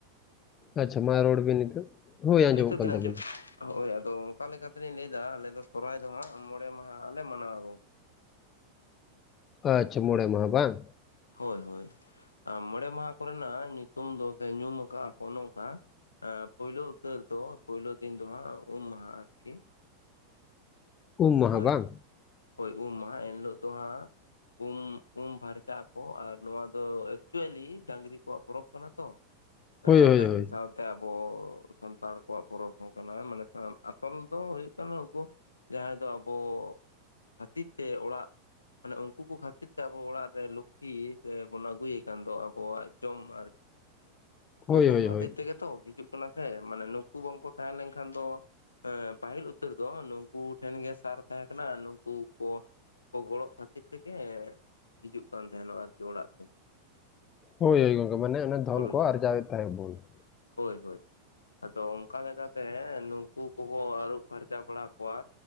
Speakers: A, on the left; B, on the left.
A: ᱟᱪᱪᱷᱟ ᱢᱟ ᱨᱚᱲ ᱵᱤᱱ ᱱᱤᱛᱚᱜ ᱦᱳᱭ ᱟᱸᱡᱚᱢᱚᱜ
B: ᱱᱤᱛᱚᱜ
A: ᱠᱟᱱ
B: ᱵᱤᱱ ᱟᱸᱡᱚᱢ
A: ᱛᱟᱵᱤᱱᱟ ᱾
B: ᱦᱳᱭ ᱟᱫᱚ ᱚᱱᱠᱟ ᱞᱮᱠᱟ ᱛᱮ ᱞᱤᱧ ᱞᱟᱹᱭ ᱮᱫᱟ ᱟᱞᱮ ᱫᱚ ᱥᱚᱨᱦᱟᱭ ᱫᱚ ᱦᱟᱸᱜ ᱢᱚᱬᱮ ᱢᱟᱦᱟ ᱞᱮ ᱢᱟᱱᱟᱣᱟ ᱜᱚᱝᱠᱮ ᱾
A: ᱟᱪᱪᱷᱟ ᱢᱚᱬᱮ ᱢᱟᱦᱟ ᱵᱟᱝ?
B: ᱦᱳᱭ ᱦᱳᱭ ᱢᱚᱬᱮ ᱢᱟᱦᱟ ᱠᱚ ᱨᱮᱱᱟᱜ ᱧᱩᱛᱩᱢ ᱫᱚ ᱥᱮ ᱧᱩᱢ ᱟᱠᱟᱜᱼᱟ ᱠᱚ ᱱᱚᱝᱠᱟ ᱼᱼ ᱯᱳᱭᱞᱳ ᱩᱛᱟᱹᱨ ᱫᱚ ᱯᱩᱭᱞᱳ ᱫᱤᱱ ᱫᱚ ᱦᱟᱸᱜ ᱩᱢ ᱢᱟᱦᱟ ᱟᱨᱠᱤ ᱼᱼ
A: ᱩᱢ ᱢᱟᱦᱟ
B: ᱦᱳᱭ
A: ᱵᱟᱝ
B: ᱦᱳᱭ ᱩᱢ ᱢᱟᱦᱟ ᱮᱱ ᱦᱤᱞᱳᱜ ᱫᱚ ᱦᱟᱸᱜ ᱼᱼ ᱩᱢ ᱩᱢ ᱯᱷᱟᱨᱪᱟᱜ ᱟᱠᱚ ᱟᱨ ᱱᱚᱣᱟ ᱫᱚ ᱮᱠᱪᱩᱣᱮᱞᱤ ᱰᱟᱝᱨᱤ ᱠᱚᱣᱟᱜ ᱯᱚᱨᱚᱵᱽ ᱠᱟᱱᱟ ᱛᱚ ᱾
A: ᱦᱳᱭ
B: ᱟᱨ
A: ᱦᱳᱭ
B: ᱰᱟᱝᱨᱤ
A: ᱦᱳᱭ
B: ᱥᱟᱶ ᱼᱼ ᱛᱮ ᱟᱵᱚ ᱥᱟᱱᱛᱟᱲ ᱠᱚᱣᱟᱜ ᱯᱚᱨᱚᱵᱽ ᱦᱚᱸ ᱠᱟᱱᱟ ᱢᱟᱱᱮ ᱟᱥᱚᱞ ᱫᱚ ᱦᱩᱭᱩᱜ ᱠᱟᱱᱟ ᱩᱱᱠᱩ ᱼᱼ ᱡᱟᱦᱟᱸᱭ ᱫᱚ ᱟᱵᱚ ᱠᱷᱟᱹᱛᱤᱨ ᱛᱮ ᱚᱲᱟᱜ ᱼᱼ ᱢᱟᱱᱮ ᱩᱱᱠᱩ ᱠᱚ ᱠᱷᱟᱹᱛᱤᱨ ᱛᱮ ᱟᱵᱚ ᱚᱲᱟᱜ ᱨᱮ ᱞᱩᱠᱷᱤ ᱥᱮ ᱵᱚᱱ ᱟᱹᱜᱩ ᱠᱟᱱ ᱫᱚ ᱟᱵᱚᱣᱟᱜ ᱡᱚᱢ ᱟᱨᱠᱤᱼᱼ
A: <inaudible>
B: ᱱᱩᱠᱩ
A: ᱦᱳᱭ
B: ᱠᱚ ᱠᱷᱟᱹᱛᱤᱨ
A: ᱦᱳᱭ
B: ᱛᱮ ᱜᱮ ᱛᱚ ᱦᱤᱡᱩᱜ ᱼᱼ ᱠᱟᱱᱟ ᱥᱮ ᱢᱟᱱᱮ ᱱᱩᱠᱩ ᱵᱟᱝᱠᱚ ᱛᱟᱦᱮᱸ ᱞᱮᱱᱠᱷᱟᱱ ᱫᱚ ᱯᱟᱹᱦᱤᱞ ᱩᱛᱟᱹᱨ ᱫᱚ ᱼᱼ ᱱᱩᱠᱩ ᱴᱷᱮᱱ ᱜᱮ ᱥᱟᱨ ᱛᱟᱦᱮᱸ ᱠᱟᱱᱟ ᱱᱩᱠᱩ ᱠᱚ ᱼᱼ ᱠᱚ ᱜᱚᱲᱚᱜ ᱠᱷᱟᱹᱛᱤᱨ ᱛᱮᱜᱮ ᱦᱤᱡᱩᱜ ᱠᱟᱱ ᱛᱟᱦᱮᱱᱚᱜ ᱟᱨ ᱠᱤ ᱚᱲᱟᱜ ᱛᱮ ᱾
A: ᱦᱳᱭ ᱦᱳᱭ ᱜᱚᱝᱠᱮ ᱢᱟᱱᱮ ᱫᱷᱚᱱ
B: ᱦᱩᱲᱩ
A: ᱠᱚ
B: ᱪᱟᱣᱞᱮ
A: ᱟᱨᱡᱟᱣ ᱮᱫ ᱛᱟᱦᱮᱸᱫ ᱵᱚᱱ ᱾
B: ᱦᱳᱭ ᱦᱳᱭ ᱟᱫᱚ ᱚᱱᱠᱟ ᱞᱮᱠᱟ ᱛᱮ ᱱᱩᱠᱩ ᱠᱚ ᱵᱚ ᱟᱹᱨᱩᱵ ᱯᱷᱟᱨᱪᱟ ᱵᱟᱲᱟ ᱼᱼ ᱠᱚᱣᱟ